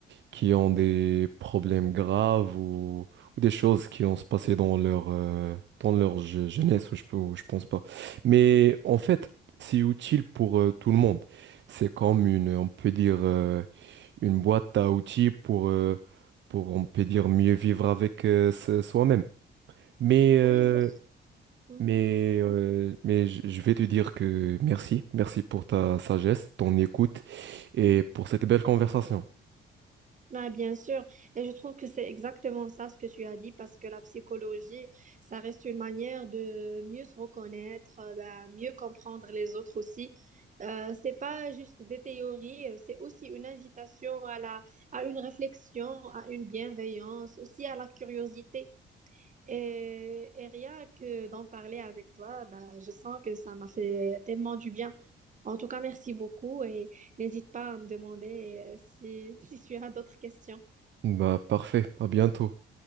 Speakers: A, on the right; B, on the right.
A: qui ont des problèmes graves ou, ou des choses qui ont se passé dans leur, euh, dans leur je- jeunesse, ou je, peux- ou je pense pas. Mais en fait, c'est utile pour euh, tout le monde. C'est comme une, on peut dire, euh, une boîte à outils pour, euh, pour, on peut dire, mieux vivre avec euh, se- soi-même. Mais, euh,
B: Oui, ça. Mhm.
A: mais, euh, mais je je vais te dire que merci, merci pour ta sagesse, ton écoute et pour cette belle conversation.
B: Ah, bien sûr, et je trouve que c'est exactement ça ce que tu as dit parce que la psychologie, ça reste une manière de mieux se reconnaître, euh, ben, mieux comprendre les autres aussi. Euh, c'est pas juste des théories, euh, c'est aussi une invitation à la, à une réflexion, à une bienveillance, aussi à la curiosité. Et, et rien que d'en parler avec toi, bah, je sens que ça m'a fait tellement du bien. En tout cas, merci beaucoup et n'hésite pas à me demander euh, si, <laughs> si tu as d'autres questions.
A: Bah, parfait, à bientôt.